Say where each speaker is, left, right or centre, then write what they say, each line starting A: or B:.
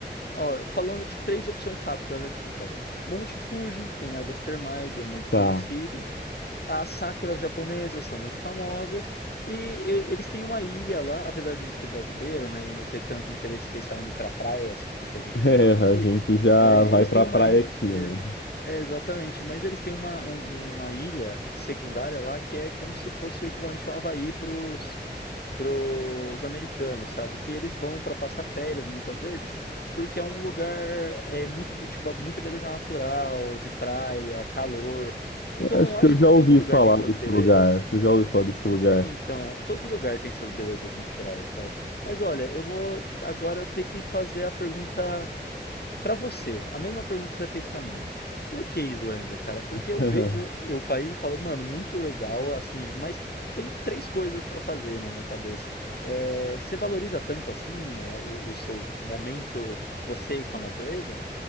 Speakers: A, on the left; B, on the left.
A: ó, falando de três opções rápidas aqui, cara. Monte Fuji tem águas termais e é muito
B: Tá.
A: conhecido.
B: <laughs>
A: As sakuras japonesas são muito famosas e eu- eles têm uma ilha lá, apesar de a gente ser brasileiro, né, e não ter tanto interesse especial em ir para praias, porque a gente
B: É,
A: tem muito
B: a
A: aqui,
B: gente já
A: é,
B: vai
A: eles
B: pra
A: têm uma
B: praia
A: ilha,
B: aqui,
A: é,
B: né?
A: é, exatamente, mas eles têm uma, um- uma ilha secundária lá que é como se fosse o equivalente ao Havaí para os pros americanos, sabe? Que eles vão para passar férias muitas vezes, porque é um lugar é, muito de ba- muita beleza natural, de praia, calor. Então
B: <laughs> Acho
A: eu acho
B: que eu já
A: que todo
B: ouvi
A: lugar
B: falar
A: tem suas
B: desse
A: belezas.
B: lugar. Acho que eu já ouvi falar desse lugar.
A: É, então, todo lugar tem suas belezas naturais, cara. Mas olha, eu vou agora ter que fazer a pergunta Pra você, a mesma pergunta que você fez pra mim. Por que Islândia, cara? Porque
B: <laughs>
A: eu vejo eu, o país e falo, mano, muito legal, assim, mas tem três coisas pra fazer na minha cabeça. É, você valoriza tanto assim é, o, o seu momento, você e com a natureza?